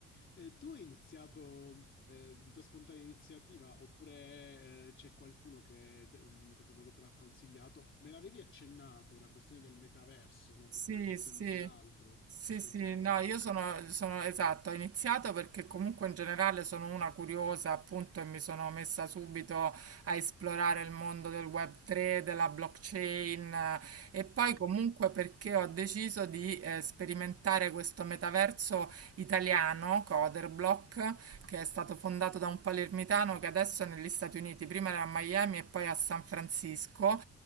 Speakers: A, on the left; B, on the right.
A: Eh, tu hai iniziato eh, di tua spontanea iniziativa oppure eh, c'è qualcuno che te- mm, in qualche modo te l'ha consigliato? Me l'avevi accennato la questione del metaverso, no? Tu
B: Sì,
A: stavi investendo
B: sì,
A: per altro,
B: sì,
A: sostanzialmente.
B: sì, no, io sono, sono- esatto, ho iniziato perché comunque in generale sono una curiosa, appunto, e mi sono messa subito a esplorare il mondo del Web3, della blockchain eh, e poi
A: Ok,
B: comunque perché ho deciso di eh, sperimentare questo metaverso italiano, Coderblock, che è stato fondato da un palermitano che adesso è negli Stati Uniti, prima era a Miami e poi a San Francisco